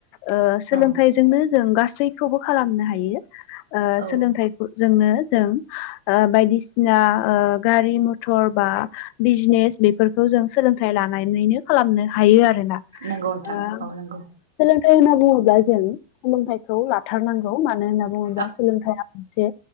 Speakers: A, on the left; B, on the right.
A: ओ सोलोंथाइजोंनो
B: औ
A: जों गासैखौबो खालामनो हायो। ओ
B: औ
A: सोलोंथाइ जोंनो जों ओ बायदिसिना ओ गारि मथर बा बिजनेस बेफोरखौ जों सोलोंथा‌इ लानानैनो खालामनो हायो आरो। ओ सोलोंथाइ
B: नंगौ नोंथां औ नंगौ औ
A: होनना बुङोब्ला जों सोलोंथ लाथार नांगौ। मानो होनना बुङोब्ला
B: औ
A: सोलोंथया मोनसे